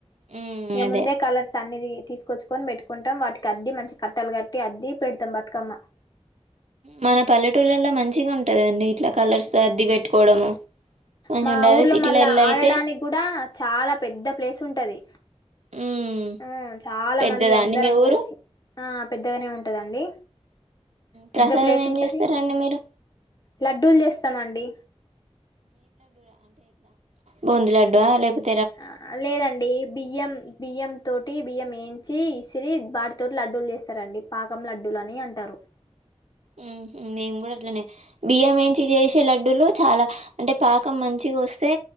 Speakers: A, on the right (about 75°); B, on the left (about 35°).
A: మ్మ్
B: ఇగ
A: అదే
B: ముందే కలర్స్ అన్ని తీసుకొచ్చుకొని పెట్టు కొంటాం వాటికి అద్ది మంచి కట్టాలు కట్టి అద్ది పెడతాం బతుకమ్మ
A: మన పల్లెటూళ్ళలో మంచిగా ఉంట్ టదండి ఇట్లా కలర్స్ తో అద్ది పెట్టుకోవడము మంచిగా
B: మా
A: ఉంటది
B: ఊర్లో
A: అదే సిటీలల్లో
B: మళ్ళా ఆడడానికి
A: అయితే
B: కూడా చాలా పెద్ద ప్లేస్ ఉంటది
A: మ్మ్
B: హు చాలా
A: పెద్దదా
B: మంది అందరం
A: అండి మీ ఊరు
B: కలిసి ఆ పెద్దగానే ఉంటదండి పెద్ద
A: ప్రసాదం
B: ప్లేస్
A: ఏం
B: ఉంటది
A: చేస్తారండి మీరు
B: లడ్డూలు చేస్తామండి
A: బూందీ లడ్డ లేపోతే
B: ఆ లేదండి బియ్యం బియ్యం తోటి బియ్యం వేయించి ఇస్ సిరి వాటి తోటి లడ్డూలు చేస్తారండి పాకం లడ్డూలు అని అంటారు
A: ఉహ్మ్ మేం కూడా అట్లనే బియ్యం వేయించి చేసే లడ్డూలు చాలా అంటే పాకం మంచిగోస్తే